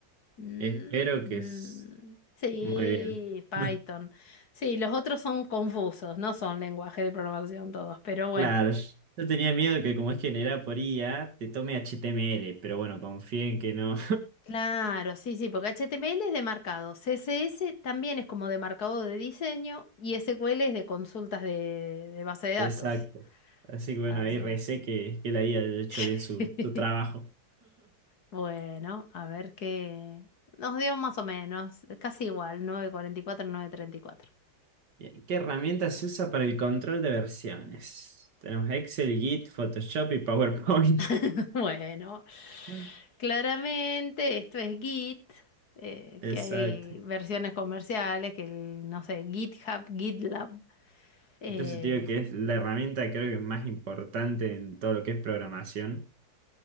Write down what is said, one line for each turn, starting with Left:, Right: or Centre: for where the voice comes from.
Left: Mm,
Right: Espero
Left: mm,
Right: que es
Left: sí,
Right: muy bien.
Left: Python.
Right: <laughs>
Left: Sí, los otros son confusos, no son lenguaje de programación todos, pero bueno.
Right: Claro, yo tenía miedo que como es generada por IA, te tome HTML, pero bueno, confío en que no.
Left: Claro, sí, sí, porque HTML es de marcado, CSS también es como de marcado de diseño y SQL es de consultas de, de base
Right: <laughs>
Left: de datos.
Right: Exacto. Así que bueno,
Left: Así.
Right: ahí recé que, que la IA haya hecho
Left: <laughs>
Right: bien su, su trabajo.
Left: Bueno, a ver qué. Nos dio más o menos, casi igual, nueve nueve cuarenta y cuatro nueve treinta y cuatro.
Right: Bien, ¿Qué herramienta se usa para el control de versiones? Tenemos Excel, Git, Photoshop y PowerPoint.
Left: <laughs> Bueno,
Right: <laughs>
Left: claramente esto es Git, eh,
Right: Exacto.
Left: que hay versiones comerciales, que el, no sé, GitHub, GitLab. eh,
Right: Entonces te digo que es la herramienta creo que más importante en todo lo que es programación.